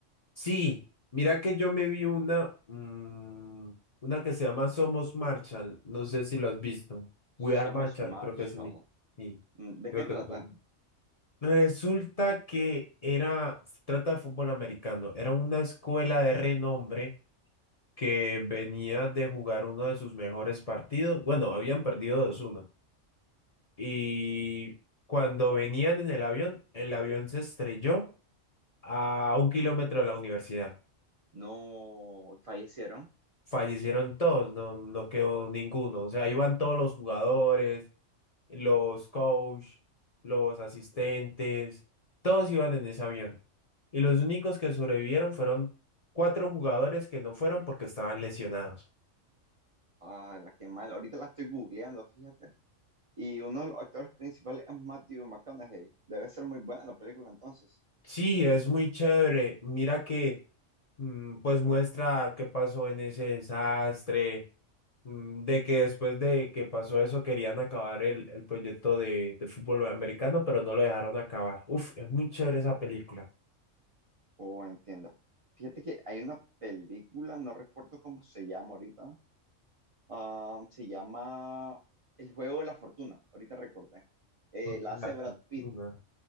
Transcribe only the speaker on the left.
Sí, mira que yo me vi una, mm, una que se llama Somos Marshall. No sé si lo has visto.
We Are Marshall,
creo que es ni. ni-
Creo
que es como- Resulta que era, se trata de fútbol americano. Era una escuela de renombre que venía de jugar uno de sus mejores partidos. Bueno, habían perdido dos uno Y cuando venían en el avión, el avión se estrelló a un kilómetro de la universidad.
Fallecieron todos, no, no quedó ninguno. O sea, iban todos los jugadores, los coach, los asistentes, todos iban en ese avión. Y los únicos que sobrevivieron fueron cuatro jugadores que no fueron porque estaban lesionados.
Sí, es muy chévere. Mira que mm, pues muestra qué pasó en ese desastre, mm, de que después de que pasó eso querían acabar el, el proyecto de, de fútbol americano, pero no lo dejaron acabar. Uf, es muy chévere esa película.
Orden
de
La
fortuna.